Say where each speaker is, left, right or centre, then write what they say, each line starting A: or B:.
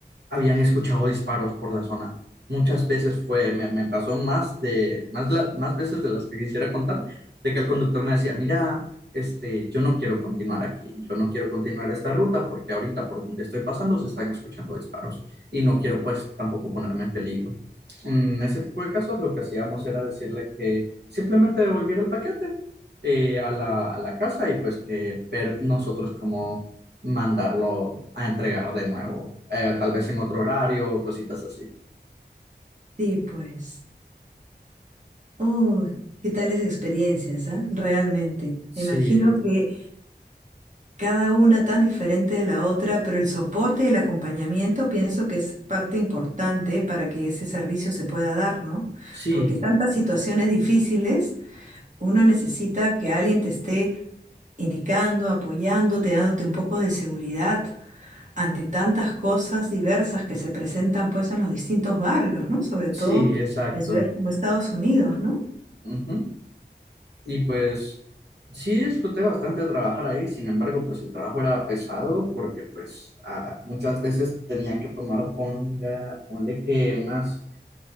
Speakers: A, on the right; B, on the right.
A: habían escuchado disparos por la zona. Muchas veces fue, me, me pasó más de, más, la- más veces de las que quisiera contar, de que el conductor me decía, mira, este, yo no quiero continuar aquí, yo no quiero continuar esta ruta porque ahorita por donde estoy pasando se están escuchando disparos y no quiero pues tampoco ponerme en peligro. En ese tipo de casos lo que hacíamos era decirle que simplemente devolviera el paquete eh, a la, a la casa y pues que ver nosotros cómo mandarlo a entregar de nuevo, eh, tal vez en otro horario, cositas así.
B: Sí, pues. Uy, qué tales experiencias, ¿ah? Realmente.
A: Sí,
B: Me imagino que cada una tan diferente de la otra, pero el soporte y el acompañamiento pienso que es parte importante para que ese servicio se pueda dar, ¿no?
A: sí,
B: Porque tantas situaciones difíciles, uno necesita que alguien te esté indicando, apoyándote, dándote un poco de seguridad ante tantas cosas diversas que se presentan pues en los distintos barrios, ¿no? Sobre todo
A: sí, exacto.
B: en ciudades como Estados Unidos, ¿no?
A: Ujú. Y pues sí disfruté bastante trabajar ahí, sin embargo, pues el trabajo era pesado porque pues ah, muchas veces tenía que tomar, ponga, ponle que unas